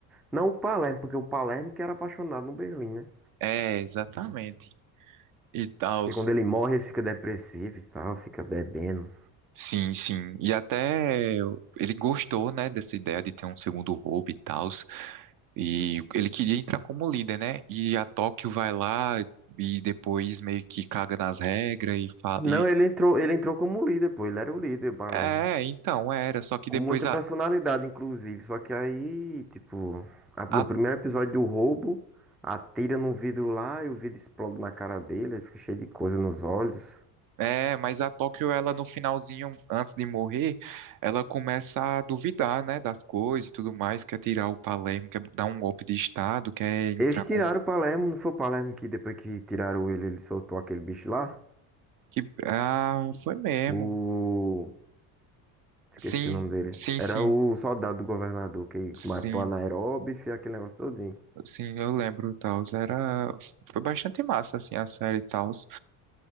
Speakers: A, in the centre; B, on the right.
A: não o Palermo, porque o Palermo que era apaixonado no Berlim, né?
B: É, exatamente. E tal.
A: Porque quando ele morre, ele fica depressivo e tal, fica bebendo.
B: Sim, sim. E até ele gostou, né, dessa ideia de ter um segundo roubo e tal. E ele queria entrar como líder, né? E a Tóquio vai lá e depois meio que caga nas regras e fala.
A: Não,
B: E...
A: ele entrou, ele entrou como líder, pô, ele era o líder, o Palermo.
B: É, então era. Só que
A: Com
B: depois
A: muita
B: a,
A: personalidade, inclusive. Só que aí, tipo, a- no
B: a.
A: primeiro episódio do roubo, atira num vidro lá e o vidro explode na cara dele, aí fica cheio de coisa nos olhos.
B: É, mas a Tóquio, ela no finalzinho, antes de morrer, ela começa a duvidar, né, das coisas e tudo mais, quer tirar o Palermo, quer dar um golpe de Estado, quer entrar
A: Eles tiraram
B: como.
A: o Palermo, não foi o Palermo que depois que tiraram ele, ele soltou aquele bicho lá?
B: Que... Ah, foi mesmo.
A: O. Esqueci
B: Sim,
A: o nome dele.
B: sim,
A: Era
B: sim.
A: o soldado do governador que
B: Sim,
A: matou a Nairobi e fez aquele negócio todinho.
B: sim, eu lembro, Taos. Era. Foi bastante massa, assim, a série Taos.